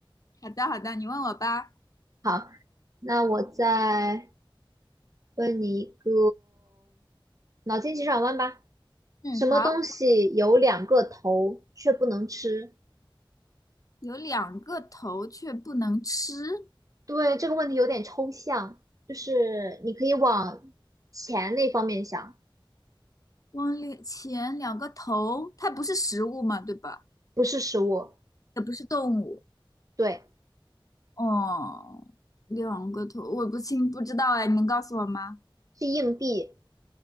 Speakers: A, on the left; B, on the right.
A: 系好的好的，你问我吧。
B: 好，那我在。问你一个脑筋急转弯吧，
A: 嗯，
B: 什么东西有两个头却不能吃？
A: 好，有两个头却不能吃，
B: 对，这个问题有点抽象，就是你可以往钱那方面想，
A: 往里前两个头，它不是食物嘛，对吧？
B: 不是食物，
A: 也不是动物。
B: 对，
A: 哦，两个头，我不清不知道哎，你能告诉我吗？
B: 是硬币，